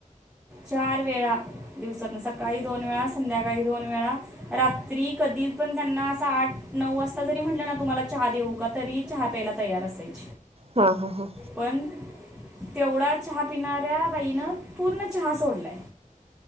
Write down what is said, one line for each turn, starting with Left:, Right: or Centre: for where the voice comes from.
Centre: चार वेळा दिवसातन सकाळी दोन वेळा संध्याकाळी दोन वेळा. रात्री कधी पण त्यांना असं आठ नऊ वाजता जरी म्हटलं ना, तुम्हाला चहा देऊ. का तरी चहा प्यायला तयार असायची.
Right: हा हा ह.
Centre: पण तेवढा चहा पिणाऱ्या बाईनं पूर्ण चहा सोडलाय.